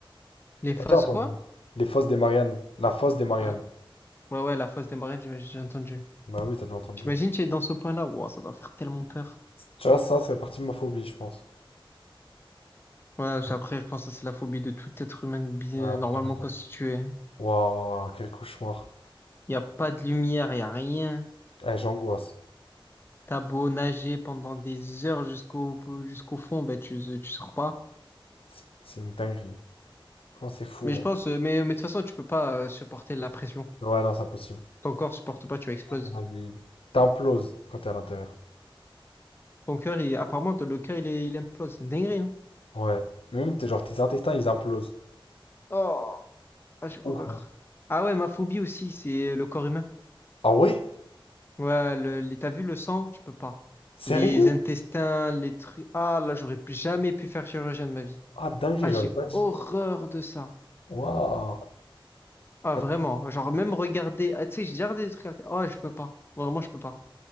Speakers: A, on the left; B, on the left.
A: Les
B: T'as
A: faces
B: déjà entendu?
A: quoi?
B: Les fosses des Mariannes. La fosse des Mariannes.
A: Ah, Ouais, ouais, la face des marins, j'ai j'ai entendu.
B: Bah oui, t'as déjà entendu.
A: J'imagine que tu es dans ce point-là. Wow, ça doit faire tellement peur.
B: Tu vois, ça, ça fait partie de ma phobie, je pense.
A: Ouais, c'est- après, je pense que ça, c'est la phobie de tout être humain bi-
B: Ouais,
A: euh, normalement
B: vraiment.
A: constitué.
B: Waouh, quel cauchemar.
A: Il n'y a pas de lumière, il n'y a rien.
B: Eh, j'angoisse.
A: T'as beau nager pendant des heures jusqu'au jusqu'au fond, bah, tu, tu sors pas.
B: C'est c'est une dinguerie. Franchement, c'est fou.
A: Mais je pense, euh, mais, mais de toute façon, tu peux pas euh, supporter la pression.
B: hein. Ouais, non, c'est impossible.
A: Ton corps supporte pas, tu exploses.
B: Ouais, il- T'imploses quand t'es à l'intérieur.
A: Ton cœur, il, apparemment, le cœur, il, est- il implose. C'est une dinguerie, hein.
B: Ouais. Même, t'es, genre, tes intestins, ils implosent.
A: Oh, Ah,
B: C'est
A: j'ai
B: ouf.
A: horreur.
B: hein.
A: Ah ouais, ma phobie aussi, c'est euh, le corps humain.
B: Ah ouais?
A: Ouais, le, les- t'as vu le sang? Je peux pas.
B: Sérieux?
A: Les intestins, les trucs. Ah là, j'aurais pu- jamais pu faire chirurgien de ma vie.
B: Ah, dinguerie,
A: Ah,
B: j'aurais
A: j'ai
B: pas dit.
A: horreur de ça.
B: Waouh.
A: Ah,
B: Eh,
A: vraiment. Genre, même regarder. ah, Tu sais, j'ai déjà regardé des trucs à la télé. Oh, je peux pas. Vraiment, je peux pas.